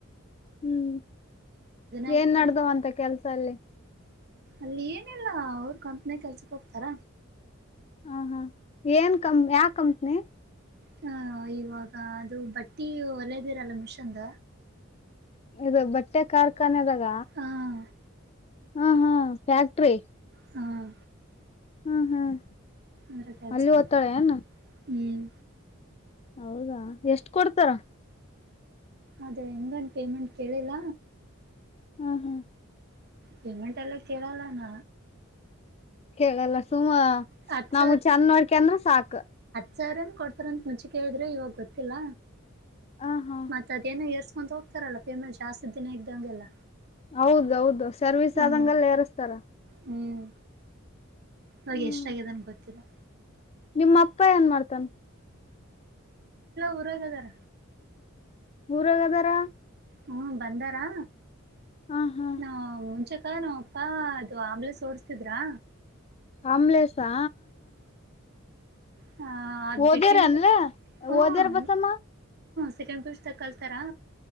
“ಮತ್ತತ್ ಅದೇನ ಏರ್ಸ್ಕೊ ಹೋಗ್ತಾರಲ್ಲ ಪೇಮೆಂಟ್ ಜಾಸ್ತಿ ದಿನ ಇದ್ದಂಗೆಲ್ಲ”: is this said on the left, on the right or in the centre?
Right